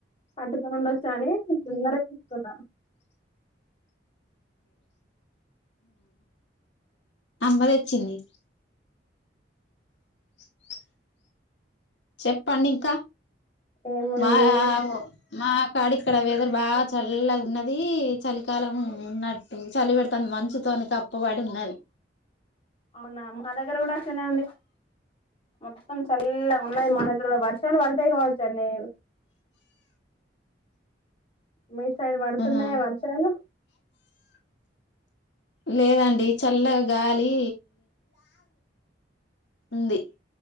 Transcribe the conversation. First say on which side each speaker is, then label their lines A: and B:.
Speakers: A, on the left; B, on the left.
A: పట్టుకొని ఉండొచ్చా అని తొందరగా తీసుకున్న
B: అమ్మదొచ్చింది <inaudible> చెప్పండింకా
A: ఏముంది
B: మా ఒ మా కాడిక్కడ వెదర్ బా చల్ల గున్నది చలికాలం ఉన్నట్టు చలి పెడతాంది మంచుతో వానికి అప్పువడి ఉన్నది
A: అవునా మా దగ్గర గుడ అట్లనే ఉంది మొత్తం చల్లగున్నది మా దగ్గర్లో వర్షాలు పడతాయి కావచ్చ అండి మీ సైడ్ పడుతున్నాయా
B: ఆహా
A: వర్షాలు
B: లేదండి చల్లగా గాలి ఉంది